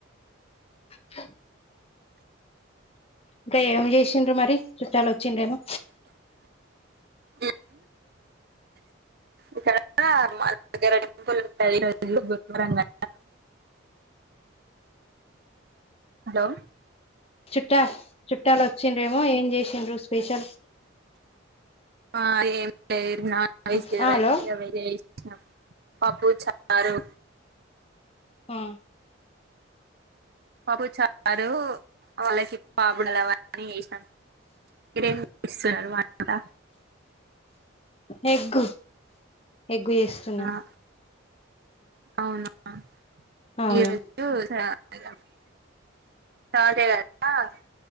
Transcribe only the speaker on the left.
అక్క ఇంకా ఏమి చేసిండ్రు మరి చుట్టాలు వచ్చిండ్రెమో
చుట్టా చుట్టాలు వచ్చిండ్రేమో ఏం చేసిండ్రు స్పెషల్
హలో
ఆ
ఎగ్గు ఎగ్గు చేస్తునా
అవును